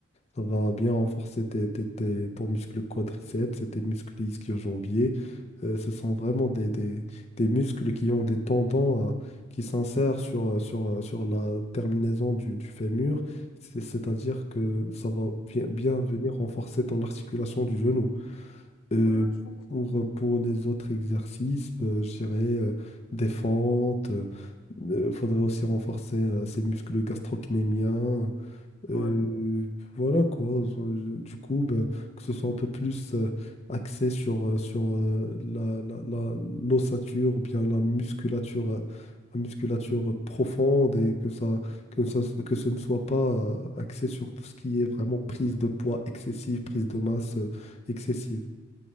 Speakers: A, on the left; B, on the left.
A: Ça va bien renforcer tes, tes- tes- ton muscle quadriceps et tes muscles ischio-jambiers. Euh, ce sont vraiment des, des- des muscles qui ont des tendons euh, qui s'insèrent sur, euh, sur, euh, sur la terminaison du, du fémur. C'est- C'est-à-dire que ça va bien, bien venir renforcer ton articulation du genou. Euh,
B: Ouais, je comprends.
A: pour, euh, pour les autres exercices, euh, je dirais euh, des fentes. Il faudrait aussi renforcer euh, ses muscles gastrocnémiens. Euh,
B: Ouais,
A: voilà quoi. Enfin, Je- Du coup, ben, que ce soit un peu plus euh, axé sur, euh, sur euh, la, la, la- l'ossature ou bien la musculature, euh, la musculature profonde et que ça, que ça, que ce ne soit pas euh, axé sur tout ce qui est vraiment prise de poids excessive, prise de masse euh, excessive.